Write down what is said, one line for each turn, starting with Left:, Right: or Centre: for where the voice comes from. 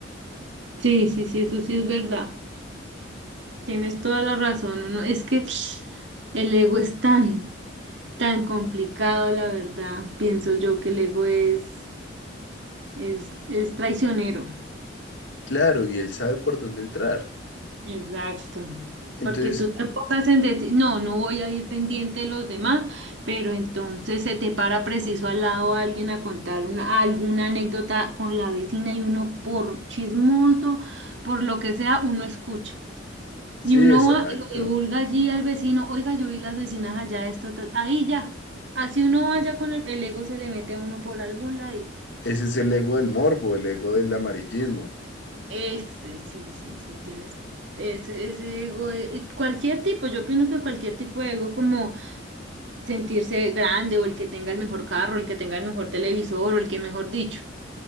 Right: Sí, sí, sí, eso sí es verdad. Tienes toda la razón. Uno, es que <sniffs> el ego es tan, tan complicado, la verdad. Pienso yo que el ego es, es, es traicionero.
Left: Claro, y él sabe por dónde entrar.
Right: Exacto.
Left: Entonces,
Right: Porque tú te enfocas en decir, no, no voy a ir pendiente de los demás, pero entonces se te para preciso al lado alguien a contar una, alguna anécdota con la vecina y uno por chismoso, por lo que sea, uno escucha.
Left: sí,
Right: Y uno
Left: exacto.
Right: va y lo divulga allí al vecino, oiga, yo vi las vecinas allá, esto, ta-". ahí ya. Así uno vaya con el, el ego, se le mete a uno por algún ladito.
Left: Ese es el ego del morbo, el ego del amarillismo.
Right: Ese, sí, sí, sí, tienes ese, ese ego, eh, eh, cualquier tipo, yo opino que cualquier tipo de ego, como sentirse grande o el que tenga el mejor carro, el que tenga el mejor televisor o el que mejor dicho.